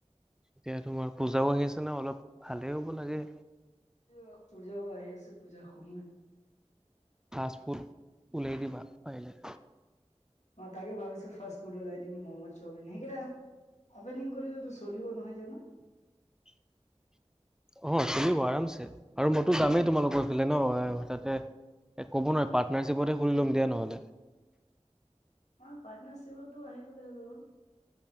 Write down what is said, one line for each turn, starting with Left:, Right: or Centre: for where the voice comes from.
Centre: এতিয়া তোমাৰ পূজাও আহি আছে না, অলপ ভালেই হ'ব লাগে।
Left: এতিয়া পূজাও আহি আছে, পূজাৰ সময়।
Centre: ফাষ্টফুট উলিয়াই দিবা পাৰিলে।
Left: অ, তাকেই ভাবিছো ফাষ্ট ফুড ওলাই দিম মম চাওমিন। সেইকেইটা অপেনিং কৰিলে তো চলিব, নহয় জানো?
Centre: <inaudible> অ, চলিব আৰামছে আৰু মইতো যামেই তোমালোকৰ ফালে ন তাতে এ ক'ব নোৱাৰি পাৰ্টনাৰশ্বিপতে খুুলি ল'ম দিয়া নহ'লে।
Left: অ, পাৰ্টনাৰশিপতো আহি গ'লেই হৈ গ'ল।